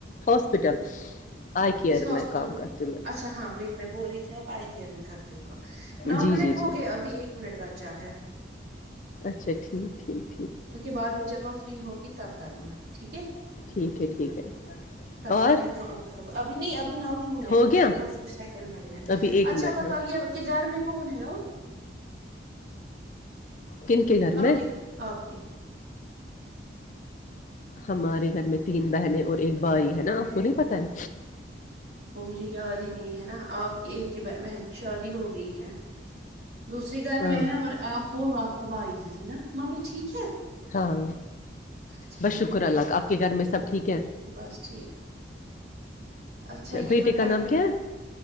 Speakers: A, on the left; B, on the right.
A: ہاسپٹل آئی کیئر
B: کس ہاسپٹل
A: کام
B: میں
A: کرتی ہوں
B: اچھا ہاں وہی میں گوری چاہ پ آئیی کر د ہوگا نو
A: جی
B: منٹ
A: جی
B: ہو
A: جی
B: گئے ابھی ایک منٹ بعد چاہے
A: اچھا ٹھیک ٹھیک
B: اس کے بعد میں جب آپ فری ہوگی تب کرنا ہے ٹھیک ہے
A: ٹھیک ٹھیک ہے ٹھیک ہے
B: تب
A: اور
B: تک میں کام ختم ابھی نہیں ابھی نو ہی منٹ
A: ہو
B: ہوئے
A: گیا
B: ہیں بس کچھ سیکنڈ بڑے ہیں
A: ابھی ایک
B: اچھا
A: منٹ
B: بتاؤ
A: ہے
B: یہ کہ گھر میں کون ہے اور
A: کن گھر
B: آپ
A: میں
B: کے آپ کے
A: ہمارے گھر میں تین بہنیں اور ایک بھائی ہے نا آپ کو نہیں پتا ہے
B: وہ مجھے یاد ہی نہیں ہے نا آپ کی ایک ہی بہن کی شادی ہو گئی ہے دوسری گار
A: ہاں
B: میں اور آپ کو وق وائی ہے نا ممی ٹھیک ہے
A: ہاں
B: اچھا
A: بس شکر اللہ کا آپ کے گھر میں سب ٹھیک ہے
B: بس ٹھیک اچھا
A: بیٹے
B: یہ بتائیے
A: کا نام کیا ہے